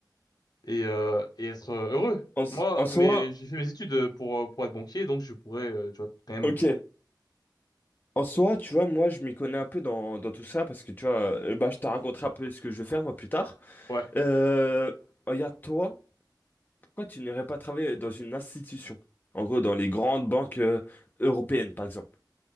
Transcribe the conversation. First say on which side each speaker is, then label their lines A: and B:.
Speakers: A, on the left; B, on the left.
A: et, euh, et être euh, heureux.
B: En, s-
A: Moi,
B: en soi,
A: mais j'ai fait mes études pour, euh, pour être banquier, donc je pourrais, euh, tu vois, quand même...
B: ok. En soi, tu vois, moi, je m'y connais un peu dans, dans tout ça parce que, tu vois, euh, bah, je te raconterai un peu ce que je vais faire, moi, plus tard.
A: Ouais,
B: Euh, regarde, toi, pourquoi tu n'irais pas travailler dans une institution? En gros, dans les grandes banques euh, européennes, par exemple.